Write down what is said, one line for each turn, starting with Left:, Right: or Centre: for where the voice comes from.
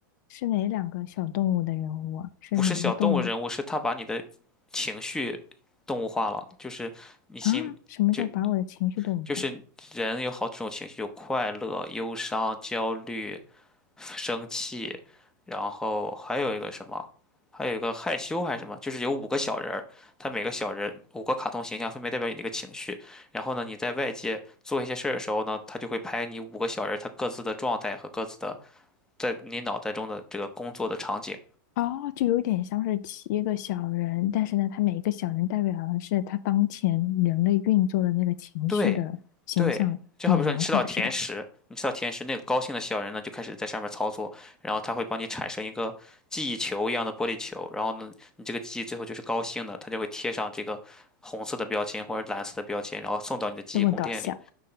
Left: 是哪两个小动物的人物啊？是哪个动物？
Centre: 不是小动物人物，是他把你的情绪动物化了，就是你心，
Left: 啊，什么叫把我的情绪动物化？
Centre: 就就是人有好几种情绪，有快乐、忧伤、焦虑，生气，然后还有一个什么，还有一个害羞还是什么，就是有五个小人儿，他每个小人五个卡通形象分别代表你的一个情绪。然后呢，你在外界做一些事儿的时候呢，他就会拍你五个小人儿他各自的状态和各自的在你脑袋中的这个工作的场景。
Left: 哦，就有点像是七个小人，但是呢，他每一个小人代表的是他当前人类运作的那个情绪的形象拟人化，
Centre: 对，对，就好比说你吃到甜食，
Left: 是吧？
Centre: 你吃到甜食，那个高兴的小人呢就开始在上面操作，然后他会帮你产生一个记忆球一样的玻璃球，然后呢，你这个记忆最后就是高兴的，它就会贴上这个红色的标签或者蓝色的标签，然后送到你的记忆宫殿里。
Left: 就会搞笑。